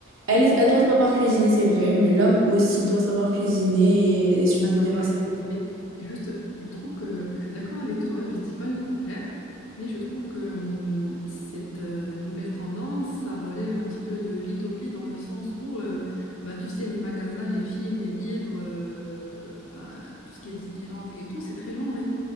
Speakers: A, on the right; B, on the left.
A: Elle,
B: Mm.
A: elle doit savoir cuisiner, c'est vrai, mais l'homme aussi doit savoir cuisiner et subvenir
B: Attends, je
A: à
B: vais
A: ses
B: te
A: besoins.
B: couper. C'est juste, je trouve que je suis d'accord avec toi, je ne dis pas le contraire, mais je trouve que hum, cette euh, nouvelle tendance, ça relève un petit peu de l'utopie dans le sens où, euh, bah, tu sais, les magasins, les films, les livres, euh, bah, tout ce qui est Disneyland et tout, c'est très genré.